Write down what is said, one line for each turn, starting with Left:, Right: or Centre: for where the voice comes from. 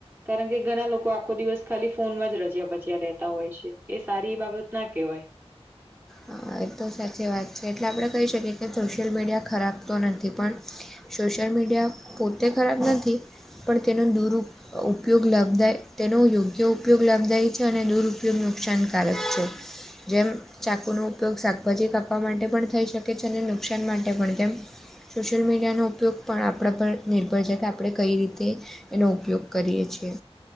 Right: કારણ કે ઘણા લોકો આખો દિવસ ખાલી ફોનમાં જ રજ્યા બજ્યા રહેતા હોય છે એ સારી એ બાબત ના કહેવાય.
Centre: હા એ તો સાચી વાત છે, એટલે આપણે કહી શકીએ કે સોશિયલ મીડિયા ખરાબ તો નથી, પણ સોશિયલ મીડિયા પોતે ખરાબ નથી, પણ તેનો દુરુઉ ઉપયોગ લાભદાય, તેનો યોગ્ય ઉપયોગ લાભદાયી છે, અને દુરુપયોગ નુકસાનકારક છે. જેમ ચાકુનું ઉપયોગ શાકભાજી કાપવા માટે પણ થઈ શકે છે, અને નુકસાન માટે પણ, તેમ સોશિયલ મીડિયાનો ઉપયોગ પણ આપણા પર નિર્ભર છે, કે આપણે કઈ રીતે એનો ઉપયોગ કરીએ છીએ.